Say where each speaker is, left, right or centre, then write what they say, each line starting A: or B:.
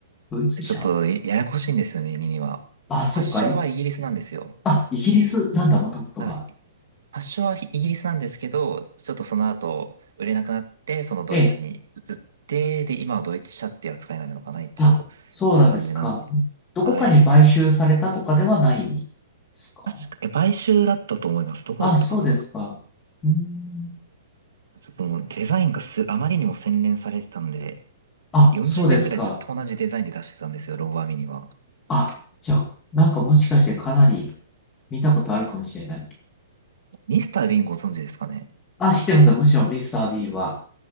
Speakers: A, on the left; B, on the right.
A: ドイツ車
B: ちょっと、いややこしいんですよね、ミニは。
A: あ、そっか。
B: 発祥はイギリスなんですよ。
A: あ、イギリスなんだ、もともとは。
B: はい。発祥はイギリスなんですけど、ちょっとその後、売れなくなって、そのドイツに移って、
A: ええ。
B: で、今はドイツ車っていう扱いになるのかな、一応。
A: あ、そうなんですか。
B: みたいな感じなんで。
A: どこかに買収されたとかではないんですか
B: はい。確か、え買収だったと思います。どこだったかな
A: あ、そうですか。うーん。
B: ちょっともうデザインがす、あまりにも洗練されてたんで、
A: あ、
B: 40年ぐらいずっと同じデザインで出してたんですよ、
A: そうですか。
B: ローバーミニは。
A: あ、じゃあ、なんかもしかしてかなり見たことあるかもしれない。
B: ミスター・ビンご存知ですかね
A: あ、知ってます。むしろミスター・ビーは。